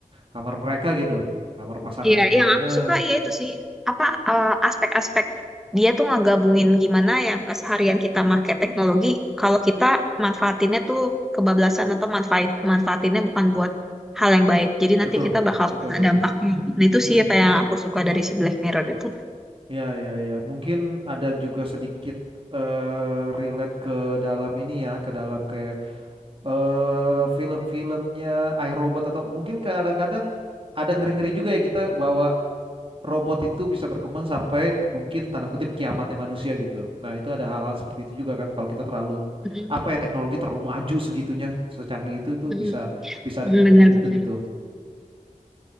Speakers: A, on the right; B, in the centre.
A: kamar mereka gitu, kamar pasangannya.
B: Iya, yang aku
A: Nah,
B: suka ya itu sih apa eh, aspek-aspek dia tuh ngegabungin gimana yang keseharian kita pakai teknologi kalau kita manfaatinnya tuh kebablasan atau manfaat manfaatinnya bukan buat hal yang baik. Jadi nanti
A: betul.
B: kita bakal
A: Betul,
B: kena
A: betul.
B: dampaknya. Nah, itu
A: Mm-mm.
B: sih apa yang aku suka dari si Black Mirror itu.
A: Ya, ya, ya. Mungkin ada juga sedikit eh relate ke dalam ini ya, ke dalam kayak eh film-filmnya iRobot atau mungkin kadang-kadang ada ngeri-ngeri juga ya kita bahwa robot itu bisa berkembang sampai mungkin tanda kutip kiamatnya manusia gitu. Nah, itu ada hal-hal seperti itu juga kan kalau kita terlalu
B: Mm-mm,
A: apa ya teknologi terlalu maju segitunya, secanggih itu itu
B: mm-mm,
A: bisa bisa
B: mm,
A: ada kemungkinan
B: Bener-bener.
A: itu gitu.